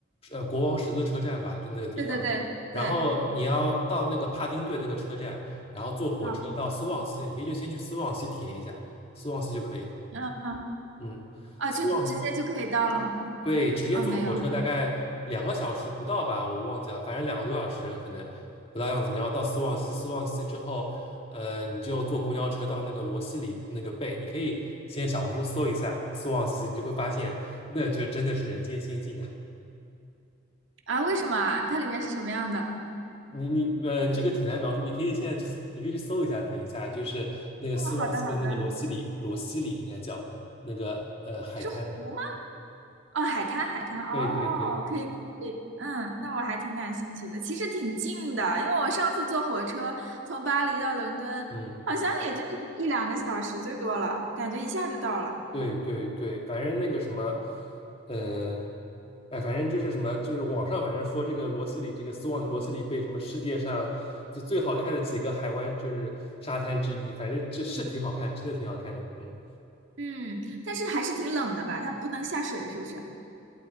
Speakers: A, on the left; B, on the right.
A: 呃，国王十字车站吧，就那个地方。
B: 对对对对，
A: 然后你要到那个帕丁顿那个车站，然后坐火车到斯旺西，
B: 嗯
A: 你可以就先去斯旺西体验一下，斯旺西就可以了。
B: 嗯嗯，
A: 嗯，
B: 啊，
A: 斯旺西
B: 就直接就可以到了吗？
A: 对，直接坐火车大概两个小时不到吧，
B: 啊，没有
A: 我忘记了，反正两个多小时可能不到样子。你要到斯旺西，斯旺西之后，呃，你就坐公交车到那个罗西里那个贝，你可以先小红书搜一下斯旺西，你就会发现那就真的是人间仙境啊。
B: 啊，为什么啊？它里面是什么样的？
A: 你你呃，这个挺难描述，你可以现在就 <laughs> 你可以去搜一下，等一下就是那个斯旺西的那个罗西里，
B: 哦，好的好的，
A: 罗西里应该叫那个呃海滩，
B: 是湖吗？哦，海滩，海滩，哦，
A: 对对对，
B: 可以，可以，嗯，那我还挺感兴趣的。其实挺近的，因为我上次坐火车从巴黎到伦敦，
A: 嗯。
B: 好像也就一两个小时最多了，感觉一下就到了。
A: 对对对，反正那个什么，嗯、呃，哎，反正就是什么，就是网上反正说这个罗西里，这个斯旺罗西里被什么世界上就最好看的几个海湾就是沙滩之一，反正这是挺好看，真的挺好看的，嗯，
B: 嗯，但是还是挺冷的吧？它不能下水，是不是？